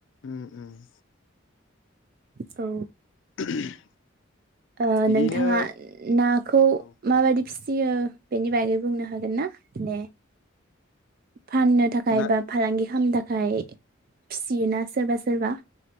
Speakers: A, on the left; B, on the right.
A: उम उम
B: औ
A: <unintelligible>
B: ओ
A: बिदिनो
B: नोंथाङा नाखौ
A: औ
B: माबादि फिसियो बेनि बागै बुंनो हागोन ना दे फाननो थाखाय
A: ना
B: बा फालांगि खालामनो थाखाय फिसियोना सोरबा सोरबा